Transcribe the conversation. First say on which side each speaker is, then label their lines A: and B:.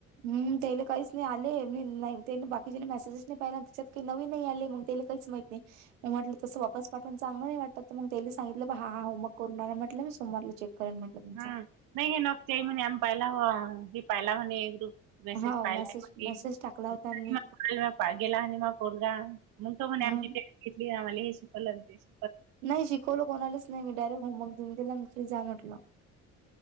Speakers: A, on the right (about 80°); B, on the right (about 65°).
A: हम्म तेले काहीच नाही. आले न नाही, बाकी चे न मेसेजेस नाही, पाहिला त्याच्यात. ती नवीन नाही आली. मग, त्याले काहीच माहीत नाही. मग, म्हटलं तसं वापस पाठवून चांगलं नाही वाटत. तर मग, त्यानी सांगितलं ब हा हा. होमवर्क करू नका म्हटलं. मी सोमवारला चेक करीन म्हटलं. तुमचा.
B: हमं नाही हे <unintelligible> म्हणे, आम्ही पाहिला हवा पाहिला म्हणे. मेसेज
A: हा
B: पाहिला
A: मेसेज
B: म्हटले.
A: मेसेज टाकला होता आणि मी
B: म गेला आणि मग कोरगा मग तो म्हणे
A: हा
B: आमची ते किटली या वाल्याची कलर देस.
A: नाही. शिकवलं कोणालाच? नाही मी. डायरेक्ट होमवर्क देऊन दिेला. घरी जा म्हटलं.